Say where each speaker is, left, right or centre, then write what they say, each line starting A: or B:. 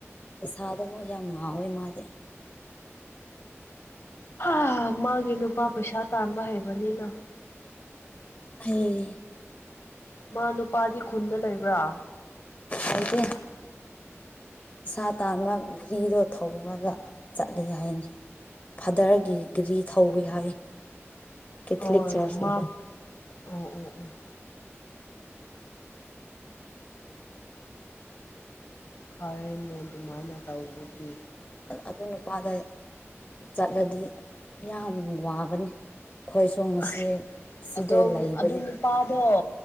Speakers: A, on the left (about 35°); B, on the left (about 60°).
A: ꯄꯩꯁꯥꯗꯕꯨ ꯌꯥꯝ ꯉꯥꯎꯋꯦ ꯃꯥꯗꯤ꯫
B: ꯍꯥ ꯃꯥꯒꯤ ꯅꯨꯄꯥ ꯄꯩꯁꯥ ꯇꯥꯟꯕ ꯍꯩꯕꯅꯤꯅ
A: ꯍꯩ
B: ꯃꯥ ꯅꯨꯄꯥꯗꯤ ꯈꯨꯟꯗ ꯂꯩꯕ꯭ꯔꯥ?
A: ꯂꯩꯇꯦ ꯏꯁꯥ ꯇꯥꯟꯕ ꯘꯔꯤꯗꯣ ꯊꯧꯃꯒ ꯆꯠꯂꯤ ꯍꯥꯏꯅꯤ꯫ ꯐꯥꯗꯔꯒꯤ ꯒ꯭ꯔꯤ ꯊꯧꯋꯤ ꯍꯥꯏ ꯀꯦꯊꯂꯤꯛ
B: ꯍꯣꯏ
A: ꯆꯔꯆꯀꯤꯗ꯫
B: ꯃꯥ ꯑꯣ ꯑꯣ ꯑꯣ ꯐꯔꯦꯅꯦ ꯗꯨꯃꯥꯏꯅ ꯇꯧꯗꯤ꯫
A: ꯑ ꯑꯗꯨ ꯅꯨꯄꯥꯗ ꯆꯠꯂꯗꯤ ꯌꯥꯝ ꯋꯥꯒꯅꯤ꯫ ꯑꯩꯈꯣꯏꯁꯨ ꯉꯁꯤ
B: ꯑꯁ
A: ꯁꯤꯗ
B: ꯑꯗꯣ
A: ꯂꯩꯕꯗꯤ
B: ꯑꯗꯨ ꯅꯨꯄꯥꯗꯣ